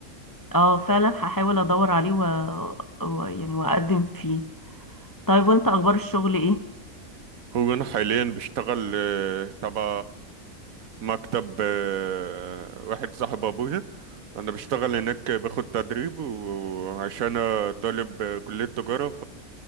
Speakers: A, on the left (about 25°); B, on the right (about 70°).
A: اه فعلا هحاول ادور عليه و... و... يعني واقدم فيه طيب وانت اخبار الشغل ايه
B: هو انا حاليا بشتغل آه، تبع مكتب آه، واحد صاحب ابويا انا بشتغل هناك باخد تدريب وعشان أنا طالب آه، كلية تجارة